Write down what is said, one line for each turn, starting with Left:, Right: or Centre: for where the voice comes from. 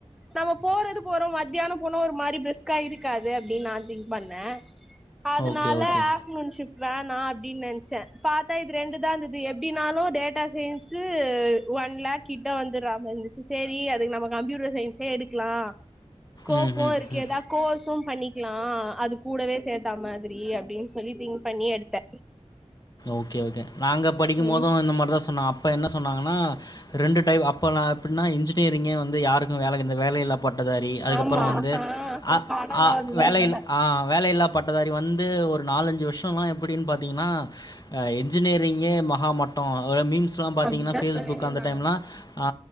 Centre: நம்ம போறது போறோ மத்தியானோ போனா ஒரு மாரி பிரிஸ்கா இருக்காது அ ப்டினு நா திங்க் பண்ணே. அதனால
Left: ஓகே, ஓகே.
Centre: ஆஃப்டர்நூன் ஷிஃப்ட் வேணா அப்டின்னு நென்ச்சே பாத்தா இது ரெண்டுதா இருந்துது எப்டினாலு டேட்டா சயின்ஸு ஒன் லேக் கிட்ட வந்தர்றா மாரி இருந்துச்சு. சேரி அதுக்கு நம்ம கம்ப்யூட்டர் சயின்ஸே எடுக்லா ஸ்கோப்பு
Left: ம், ம்,
Centre: இருக்கு
Left: ம்.
Centre: எதா கோர்ஸும் பண்ணி க்லா அது கூடவே சேத்தா மாதிரி அப்டின்னு சொல்லி திங்க் பண்ணி எடுத்தே
Left: ஓகே ஓகே நாங்க படிக்கும்
Centre: ம்
Left: போது இந்த மாரிதா சொன்னாங்க அ ப்ப என்ன சொன்னாங்கன்னா ரெண்டு டைப் அப்பல்லா எப்பிட்னா இன்ஜினியரிங்கே வந்து யாருக்கு வேல கெ அந்த வேலையில்லா பட் டதாரி அதுக்கப்புறோ
Centre: ஆமா
Left: வந்து
Centre: ஆ
Left: அ
Centre: படம்லா
Left: ஆ
Centre: வந்ததா
Left: வேலையில்லா
Centre: அதனால
Left: ஆ வேலையில்லா பட்டதாரி வந்து ஒரு நாலஞ்சு வர்ஷோ ல்லா எப்பிடின்னு பாத்தீங்கன்னா ஆ என்ஜினியரிங்கே மகா மட்டோ அது மீம் ஸ்லா பாத்தீங்கன்னா
Centre: அப்டிதா
Left: ஃபேஸ்புக்கு
Centre: சொல்லினுருந்தாங்க
Left: அந்த டைம்லா ஆ